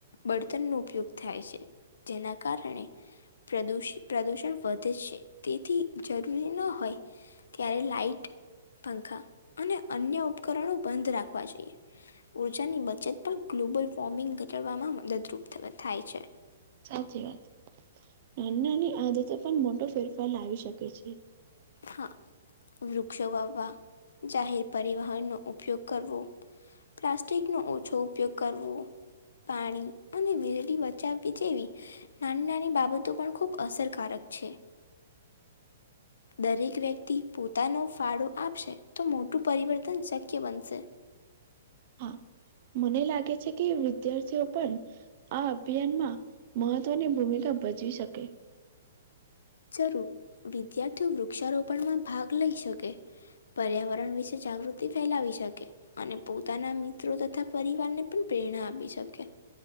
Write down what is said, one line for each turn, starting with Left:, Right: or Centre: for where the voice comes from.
Left: બળતણ નો ઉપયોગ થાય છે જેના કારણે પ્રદુષ પ્રદૂષણ વધે છે તેથી જરૂરી ન હોય ત્યારે લાાઈટ પંખા અને અન્ય ઉપકરણો બંધ રાખવા જોઈએ. ઉર્જાની બચત પણ ગ્લોબલ વોર્મિંગ ઘટડવામાં મદદરૂપ થાય છે.
Right: સાચી વાત નાની નાની આદતો પણ મોટો ફેરફાર લાવી શકે છે.
Left: હા વૃક્ષો વાવવા જાહેર પરિવહનનો ઉપયોગ કરવો પ્લાસ્ટિક નો ઓછો ઉપયોગ કરવો પાણી અને વીજળી બચાવવી જેવી નાની નાની બાબતો પણ ખુબ અસરકારક છે. દરેક વ્યક્તિ પોતાનો ફાળો આપશે તો મોટું પરિવર્તન શક્ય બનશે.
Right: હા મને લાગે છે કે વિદ્યાર્થીઓ પણ આ અભિયાનમાં મહત્વની ભૂમિકા ભજવી શકે.
Left: જરૂર વિદ્યાર્થીઓ વૃક્ષારોપણમાં ભાગ લઈ શકે પર્યાવરણ વિશે જાગૃતિ ફેલાવી શકે અને પોતાના મિત્રો તથા પરિવારને પણ પ્રેરણા આપી શકે